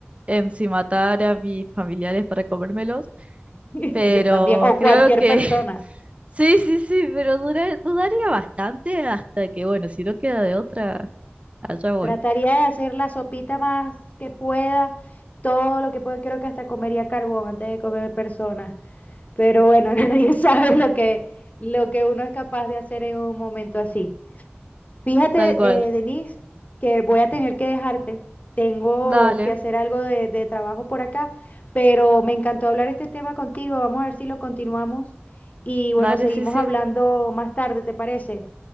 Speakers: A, on the right (about 30°); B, on the left (about 35°).
A: en si matar a mis familiares para comérmelos,
B: <laughs>
A: pero
B: Yo también, o cualquier
A: creo que...
B: persona.
A: <laughs> Sí, sí, sí, pero dura- dudaría bastante hasta que, bueno, si no queda de otra, allá voy.
B: Trataría de hacer la sopita más que pueda, todo lo que pueda. Creo que hasta comería carbón antes de comer personas. Pero bueno, <laughs> nadie sabe lo que, lo que uno es capaz de hacer en un momento así. Fíjate,
A: Tal cual.
B: eh, Denise, que voy a tener que dejarte. Tengo
A: Dale,
B: que hacer algo de, de trabajo por acá, pero me encantó hablar este tema contigo. Vamos a ver si lo continuamos. Y bueno,
A: dale,
B: seguimos
A: sí, sí.
B: hablando más tarde, ¿te parece?